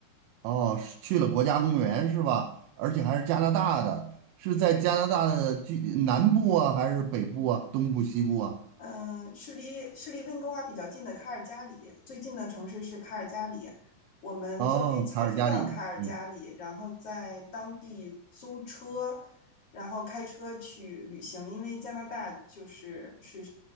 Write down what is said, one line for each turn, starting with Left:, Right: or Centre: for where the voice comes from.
Right: 哦，是去了国家公园是吧？而且还是加拿大的，是在加拿大的居南部啊，还是北部啊，东部、西部啊？
Left: 嗯、呃是离是离温哥华比较近的卡尔加里，最近的城市是卡尔加里。我们坐飞机飞到卡尔加里，
Right: 哦，卡尔加里，嗯
Left: 然后在当地租车，然后开车去旅行。因为加拿大就是是